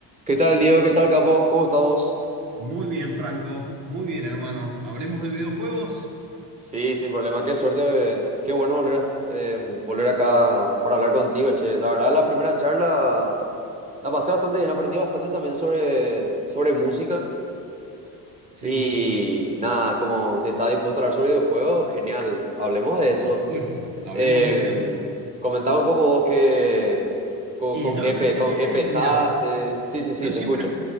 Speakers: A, on the right; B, on the right.
A: ¿Qué tal, Diego? ¿Qué tal, capo? ¿Cómo estamos?
B: Muy bien, Franco. Muy bien, hermano. ¿Hablemos de videojuegos?
A: Sí, sin problema. Qué suerte. eh, Qué bueno volver a, eh, volver acá para hablar contigo, che. La verdad, la primera charla la pasé bastante bien. Aprendí bastante también sobre, sobre música.
B: Sí,
A: Y nada, como si estás dispuesto a hablar sobre videojuegos, genial. Hablemos de
B: por
A: eso.
B: supuesto. Hablemos
A: Eh,
B: de videojuegos.
A: comentaba un poco vos qué, con,
B: Y
A: con
B: yo
A: qué,
B: empecé,
A: pe- con qué pesaste.
B: mira,
A: Sí, sí, sí,
B: yo siempre,
A: te escucho.